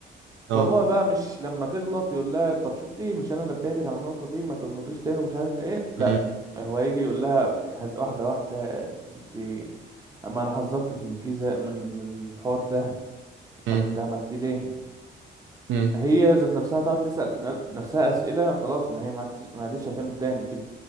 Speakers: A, on the right; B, on the right.
A: اه
B: فابوها بقى مش لما تغلط يقول لها طب شفتي إيه؟ مش انا نبهتك على النقطة دي ما تغلطيش تاني ومش عارف ايه لا
A: امم
B: هو يجي يقول لها واحدة واحدة انت اما انا حذرتك من كذا من من الحوار ده طب
A: امم
B: انت عملتيه ليه
A: امم
B: هي ذات نفسها تقعد تسأل ن- نفسها أسئلة خلاص ان هي ما عادتش ما عادتش هتعمل تاني كده